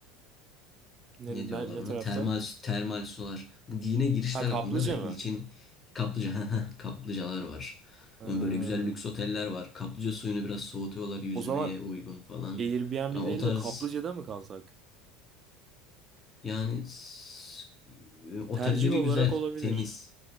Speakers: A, on the right (about 40°); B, on the left (about 30°).
A: Nere,
B: ne diyorlar
A: ne, ne
B: ona?
A: tarafta?
B: Termal termal sular. Bu yine giriş
A: Ha
B: tarafında
A: Kaplıca
B: da ilçin
A: mı?
B: kaplıca <laughs> haha, kaplıcalar var.
A: Ha.
B: Böyle güzel lüks oteller var. Kaplıca suyunu biraz soğutuyorlar yüzmeye
A: O zaman
B: uygun falan.
A: Airbnb
B: Yani
A: değil
B: o tarz
A: de Kaplıca'da mı kalsak?
B: yani s- e, otelleri
A: Tercih olarak
B: güzel,
A: olabilir.
B: temiz.